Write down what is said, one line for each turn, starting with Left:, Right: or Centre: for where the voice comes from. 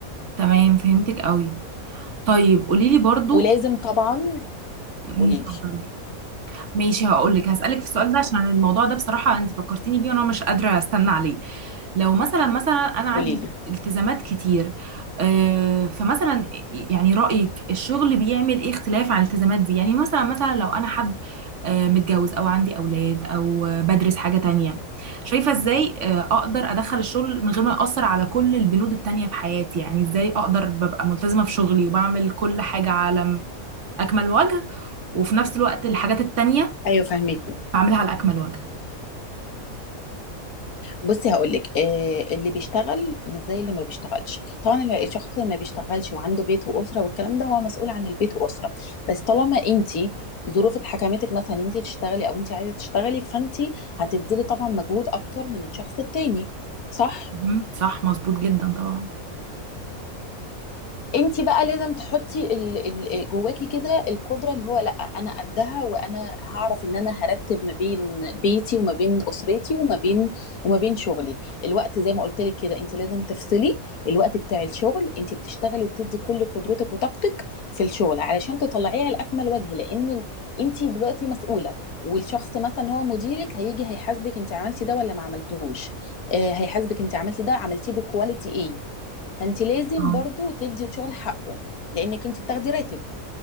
Right: تمام فهمتك أوي طيب قولي لي برضو
Left: ولازم طبعا
Right: مم،
Left: قولي لي
Right: اتفضلي ماشي هقول لك هسألك في السؤال ده عشان الموضوع ده بصراحة انت فكرتيني بيه وانا مش قادرة استنى عليه لو مثلا مثلا انا عندي
Left: قولي لي
Right: التزامات كتير آه، فمثلا يعني رأيك الشغل بيعمل ايه اختلاف عن الالتزامات دي يعني مثلا مثلا لو انا حد آه، متجوز او عندي اولاد او آه، بدرس حاجة تانية شايفة ازاي آه، اقدر ادخل الشغل من غير ما يأثر على كل البنود التانية في حياتي يعني ازاي اقدر ببقى ملتزمة في شغلي وبعمل كل حاجة على اكمل وجه وفي نفس الوقت الحاجات التانية
Left: ايوه فاهمك
Right: بعملها على اكمل وجه
Left: بصي هقول لك آه اللي بيشتغل مش زي اللي ما بيشتغلش طبعا ال- الشخص اللي ما بيشتغلش وعنده بيت واسره والكلام ده هو مسؤول عن البيت واسره بس طالما انت ظروفك حكمتك مثلا انت تشتغلي او انت عايزه تشتغلي فانت هتبذلي طبعا مجهود اكتر من الشخص التاني صح
Right: مهم. صح مظبوط جدا طبعا
Left: انت بقى لازم تحطي ال... ال... جواكي كده القدره اللي هو لا انا قدها وانا هعرف ان انا هرتب ما بين بيتي وما بين اسرتي وما بين وما بين شغلي الوقت زي ما قلت لك كده انت لازم تفصلي الوقت بتاع الشغل انت بتشتغلي وبتدي كل قدرتك وطاقتك في الشغل علشان تطلعيه على اكمل وجه لان ال... انت دلوقتي مسؤوله والشخص مثلا هو مديرك هيجي هيحاسبك انت عملتي ده ولا ما عملتوش آه هيحاسبك انت عملتي ده عملتيه بكواليتي ايه فانت لازم
Right: اه
Left: برضو تدي الشغل حقه لانك انت بتاخدي راتب